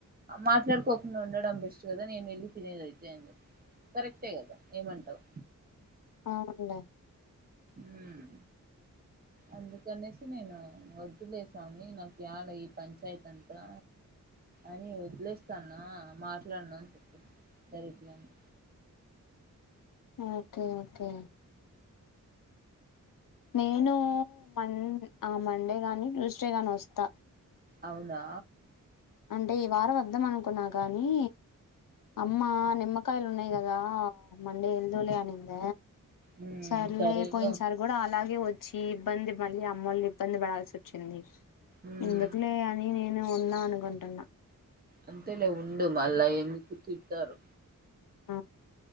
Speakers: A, on the right; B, on the left.
A: మాట్లాడుకోకుండా ఉండడం బెస్ట్ కదా నేను వెళ్ళి తినేద అయితే కరెక్ట్ హే కదా ఏమంటావు
B: ఆ అవునులే
A: అ అందుకనేసి నేను వద్దులే స్వామి నాకు చాల ఈ పంచాయతీ అంతా అని వదిలేస్తాను మాట్లాడును అని చెప్పేసి డైరెక్ట్గనే
B: ఓకే ఓకే నేను మ ఆ మండే గాని ట్యూస్డే గాని వస్తా
A: అవునా
B: అంటే ఈ వారం వద్దం అనుకున్నా గాని అమ్మ నిమ్మ కాయలు ఉన్నాయి కదా మండే ఎల్దుోలే అనింద
A: ఉమ్
B: సర్లే
A: సరేలే
B: పోయింది సార్ కూడా అలాగే వచ్చి ఇబ్బంది మళ్ళీ మొళ్ళు ఇబ్బంది పడాల్సి వచ్చింది
A: ఉమ్
B: ఎందుకులే అని నేను ఉందాం అనుకుంటున్నా
A: అంతెలే ఉండు మళ్లా ఎందుకు తిడుతారు
B: ఆ